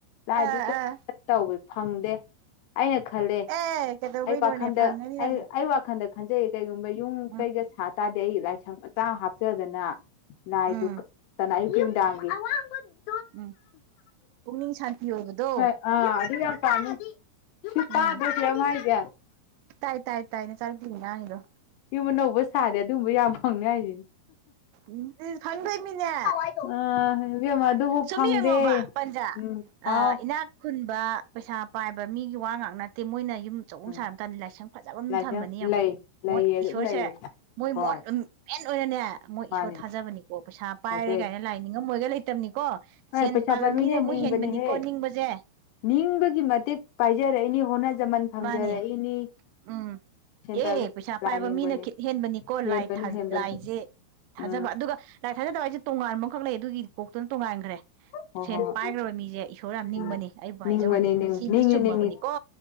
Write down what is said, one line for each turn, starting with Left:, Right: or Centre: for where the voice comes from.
Left: ꯂꯥꯏꯗꯨꯛ
Right: ꯑꯥ ꯑꯥ
Left: <unintelligible> ꯇꯧꯕ ꯐꯪꯗꯦ ꯑꯩꯅ ꯈꯜꯂꯦ
Right: ꯑꯦ ꯀꯩꯗꯧꯕꯩꯅꯣꯅꯦ
Left: ꯑꯩ ꯋꯥꯈꯟꯗ
Right: ꯐꯪꯉꯅꯤ ꯅꯪ
Left: ꯑꯩ ꯑ ꯋꯥꯈꯟꯗ ꯈꯟꯖꯩꯌꯦ ꯀꯩꯒꯨꯝꯕ ꯌꯨꯝ
Right: ꯎꯝ
Left: ꯀꯩꯒ ꯁꯥ ꯇꯥꯔꯗꯤ ꯑꯩ ꯂꯥꯏꯁꯪ ꯃꯆꯥ ꯍꯥꯞꯆꯗꯅ ꯂꯥꯏ
Right: ꯎꯝ
Left: ꯗꯨꯛ ꯀꯠꯇꯅ ꯑꯌꯨꯛꯀꯤ ꯅꯨꯡꯗꯥꯡꯒꯤ <unintelligible>
Right: ꯎꯝ ꯄꯨꯛꯅꯤꯡ ꯁꯥꯟꯄꯤ ꯑꯣꯏꯕꯗꯣ
Left: ꯑꯥ ꯑꯗꯨ ꯌꯥꯝ ꯄꯥꯝꯃꯤ <unintelligible> ꯁꯤ ꯇꯥꯗ꯭ꯔꫭ
Right: ꯎꯝ
Left: ꯁꯤꯗꯝ ꯍꯥꯏꯖꯦ
Right: ꯇꯥꯏ ꯇꯥꯏ ꯅꯆꯥꯅꯨꯄꯤ ꯉꯥꯡꯉꯤꯗꫭ
Left: ꯌꯨꯝ ꯑꯅꯧꯕ ꯁꯥꯔꯗꯤ ꯑꯗꯨꯝꯕ ꯌꯥꯝ ꯐꯪꯅꯤ ꯍꯥꯏꯖꯤꯅꯤ
Right: ꯎ ꯐꯪꯗꯣꯏ ꯃꯤꯅꯦ
Left: ꯑꯥ ꯏꯕꯦꯝꯃ ꯑꯗꯨꯕꯨ
Right: ꯁꯨꯝ
Left: ꯐꯪꯗꯦ
Right: ꯌꯦꯡꯉꯣꯕ ꯄꯟꯖꯥ
Left: ꯎꯝ ꯍꯥꯎ
Right: ꯏꯅꯥꯛ ꯈꯨꯟꯕ ꯄꯩꯁꯥ ꯄꯥꯏꯕ ꯃꯤꯒꯤ ꯋꯥ ꯉꯥꯛ ꯅꯠꯇꯦ ꯃꯣꯏꯅ ꯌꯨꯝ ꯑꯆꯧꯕ
Left: ꯎꯝ
Right: ꯁꯥꯔꯝ ꯇꯅꯤ ꯂꯥꯏꯁꯪ ꯐꯖꯕ ꯑꯃ
Left: ꯂꯥꯏꯁꯪ
Right: ꯊꯝꯕꯅꯤ ꯌꯦꯡꯉꯨ
Left: ꯂꯩ ꯂꯩꯌꯦ
Right: ꯃꯣꯏ
Left: ꯑꯗꯨꯝ
Right: ꯏꯁꯣꯔꯁꯦ
Left: ꯂꯩꯌꯦ
Right: ꯃꯣꯏ
Left: ꯍꯣꯏ
Right: ꯃꫭꯠ ꯃꯦꯟ ꯑꯣꯏꯅꯅꯦ ꯃꯣꯏ
Left: ꯃꯥꯅꯦ
Right: ꯏꯁꯣꯔ ꯊꯥꯖꯕꯅꯤꯀꯣ ꯄꯩꯁꯥ ꯄꯥꯏꯔꯦ
Left: ꯍꯥꯏꯖꯩ
Right: ꯀꯥꯏꯅ ꯂꯥꯏ ꯅꯤꯡꯉꯝꯃꯣꯏꯒ ꯂꯩꯇꯕꯅꯤꯀꯣ
Left: ꯍꯣꯏ
Right: ꯁꯦꯟ
Left: ꯄꯩꯁꯥ
Right: ꯄꯥꯏꯕ
Left: ꯄꯥꯏꯕꯤꯅꯦ
Right: ꯃꯤꯅ ꯑꯃꯨꯛ
Left: ꯅꯤꯡꯕꯅꯦꯍꯦ
Right: ꯍꯦꯟꯕꯅꯤꯀꯣ ꯅꯤꯡꯕꯁꯦ
Left: ꯅꯤꯡꯕꯒꯤ ꯃꯇꯤꯛ ꯄꯥꯏꯖꯔꯛꯏꯅꯤ ꯍꯣꯠꯅꯖꯃꯟ ꯐꯪꯖꯔꯛꯏꯅꯤ
Right: ꯃꯥꯅꯦ ꯎꯝ
Left: ꯁꯦꯟ ꯄꯥꯏꯕ
Right: ꯑꯦ ꯄꯩꯁꯥ ꯄꯥꯏꯕ
Left: ꯂꯥꯏꯅꯤꯡꯕꯅꯤ
Right: ꯃꯤꯅ ꯈꯤꯠ ꯍꯦꯟꯕꯅꯤꯀꯣ
Left: ꯍꯦꯟꯕꯅꯤ
Right: ꯂꯥꯏ
Left: ꯍꯦꯟꯕꯅꯤ
Right: ꯂꯥꯏꯁꯦ ꯊꯥꯖꯕ
Left: ꯎꯝ
Right: ꯑꯗꯨꯒ ꯂꯥꯏ ꯊꯥꯖꯗꯕ ꯍꯥꯏꯁꯦ ꯇꯣꯉꯥꯟꯕꯈꯛ ꯂꯩ ꯑꯗꯨꯒꯤ ꯀꯣꯛꯇꯅ ꯇꯣꯉꯥꯟꯈ꯭ꯔꯦ
Left: ꯍꯣꯏ
Right: ꯁꯦꯟ
Left: ꯍꯣꯏ
Right: ꯄꯥꯏꯈ꯭ꯔꯕ ꯃꯤꯁꯦ ꯏꯁꯣꯔ ꯌꯥꯝ ꯅꯤꯡꯕꯅꯤ
Left: ꯎꯝ
Right: ꯑꯩꯕꯨ
Left: ꯅꯤꯡꯕꯅꯤ
Right: ꯍꯥꯏꯖꯕꯗꯤ
Left: ꯅꯤꯡ
Right: ꯁꯤꯗꯤ
Left: ꯅꯤꯡꯉꯤ
Right: ꯆꯨꯝꯃꯕꯅꯤꯀꯣ
Left: ꯅꯤꯡꯉꯤ